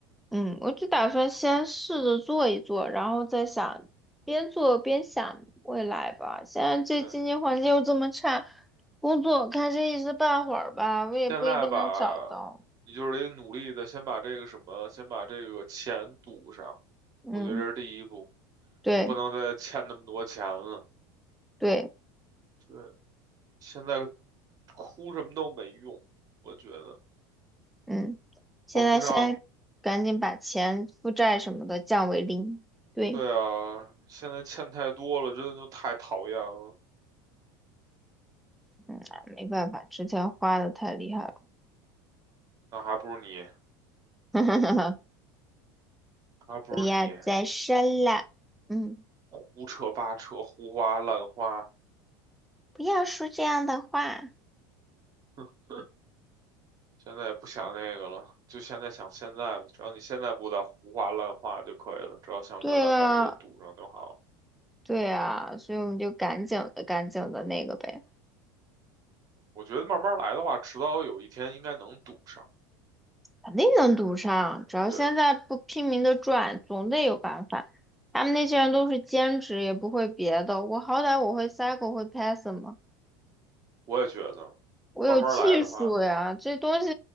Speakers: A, in the centre; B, on the right.
A: 嗯，我就打算先试着做一做，然后再想，边做边想未来吧。现在这经济环境又这么差，
B: 对，
A: 工作看这一时半会儿吧，我也不一定能找到。
B: 现在吧，你就是得努力的先把这个什么，先把这个钱堵上。
A: 嗯，
B: 我觉得这是第一步，
A: 对
B: 也不能再欠那么多钱了。
A: 对，
B: 对，现在哭什么都没用，我觉得
A: 嗯，现在先赶紧把钱、
B: 还不上。
A: 负债什么的降为零。对，
B: 对啊，现在欠太多了，真的就太讨厌了。
A: 嗯，没办法，之前花的太厉害了，
B: 那还不如你，
A: <laughs>
B: 还不如你
A: 不要再生了。嗯，
B: 胡扯八扯、胡花乱花。
A: 不要说这样的话。
B: <laughs> 现在也不想那个了，就现在想现在吧。只要你现在不再胡话乱话就可以了，只要想着咱把这个堵上就好了
A: 对啊。对啊，所以我们就赶紧的、赶紧的那个呗，
B: 我觉得慢慢来的话，迟早有一天应该能堵上。
A: 肯定能读上。只要现在不拼命的赚，
B: 对，
A: 总得有办法。他们那些人都是兼职，也不会别的。我好歹我会 Cycle，会 Python 嘛，
B: 我也觉得，
A: 我有技术呀。
B: 慢慢来的话，
A: 这东西